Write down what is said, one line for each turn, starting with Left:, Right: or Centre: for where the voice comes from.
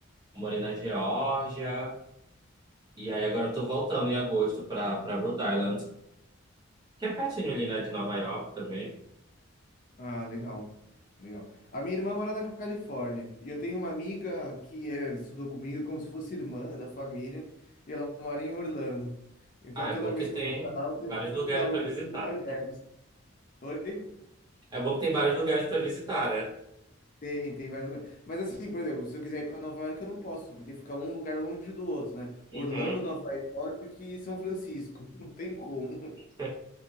Right: Morei na Geórgia. E aí agora eu tô voltando em agosto pra, pra Rhode Island, que é pertinho ali, né, de Nova York também.
Left: Ah, legal. Legal. A minha irmã mora na Califórnia e eu tenho uma amiga que é, estudou comigo como se fosse irmã da família e ela mora em Orlando. Então
Right: Ah, é
Left: toda
Right: bom
Left: vez
Right: que tem
Left: que eu vou pra lá, eu tenho
Right: vários
Left: que
Right: lugares
Left: ir pra algum
Right: pra visitar.
Left: lugar delas. Oi?
Right: É bom que tem vários lugares pra visitar, né?
Left: Tem, tem vários lugares. Mas assim, por exemplo, se eu quiser ir para Nova York, eu não posso, porque fica um lugar longe do outro, né?
Right: Uhum.
Left: Orlando, Nova York e São Francisco. <laughs> Não tem como.
Right: <laughs>